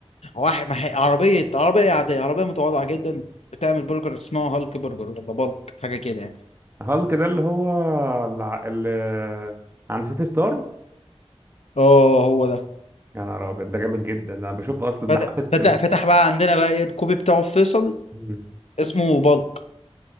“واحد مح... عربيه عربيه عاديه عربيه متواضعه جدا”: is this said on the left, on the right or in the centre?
Left